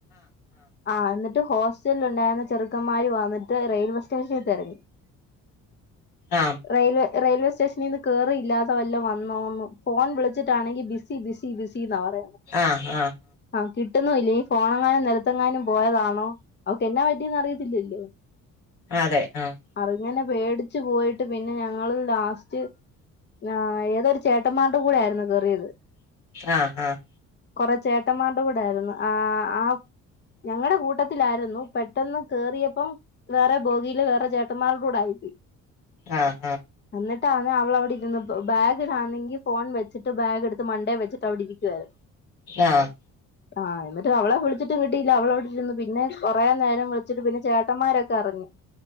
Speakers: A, on the left; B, on the left.
A: ആഹ് എന്നി ട്ട് ഹോസ്റ്റലുണ്ടായിരുന്ന ചെറുക്കമ്മാര് വന്നിട്ട് റെയിൽവെ സ്റ്റേഷനി തെരഞ്ഞ്
B: ആഹ് ആഹ്
A: റെയിൽവേ റെയിൽവേ സ്റ്റേഷനിന്ന് കേറിയില്ല <unintelligible> വന്നോ ന്ന് ഫോൺ വിളിച്ചിട്ടാണെങ്കി ബിസി ബിസി ബിസി ന്നാ പറയുന്നെ.
B: ആഹ് ആഹ്
A: <unintelligible> ഇനി ഫോണ എങ്ങന <unintelligible> പോയതന്നോ അവക്ക് എന്നാ പറ്റിയന്ന് അറിയത്തില്ലല്ലോ.
B: അതെ ആഹ്
A: അറിങ്ങനെ പേടിച്ചു പോയിട്ട് പിന്നെ ഞങ്ങള് ലാസ്റ്റ് ആ ഏതൊരു. ചേട്ടമാർടെ കൂടെ ആയിരുന്നു <unintelligible> <unintelligible>
B: ആഹ് ആഹ്
A: കൊറ ചേട്ടന്മാരുടെ കൂടൊയിരുന്നു ആ ആ. ഞങ്ങളുടെ <unintelligible> <unintelligible> പെട്ടെന്ന് കേയറിയപ്പം വേറെ ബോഗിൽ വേറെ <unintelligible> <unintelligible>
B: ആഹ്
A: എന്നിട്ടാന്ന് അവളവിടെ ഇരുന്ന് ബാഗാന്നെങ്കി ഫോൺ വെച്ചിട്ട് ബാഗ എടുത്ത് മൺണ്ടേ വെച്ചിട്ട് അവിടെ ഇരിക്കുവായിരുന്നു
B: ആഹ്
A: ആ എന്നിട്ട് അവളെ വിളിച്ചിട്ട് <unintelligible> <unintelligible> കിട്ടിയില്ല അവളവിടിരുന്നു പിന്നെ കൊറെ നേരം വിളിച്ചിട്ട് പിന്നെ ചേട്ടന്മാരൊക്കെ അറിഞ്ഞു.